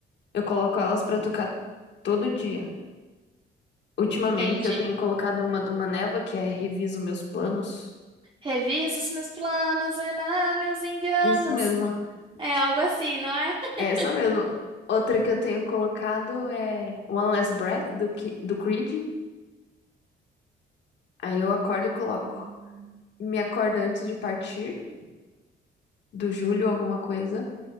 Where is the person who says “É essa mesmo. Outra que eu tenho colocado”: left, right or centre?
Left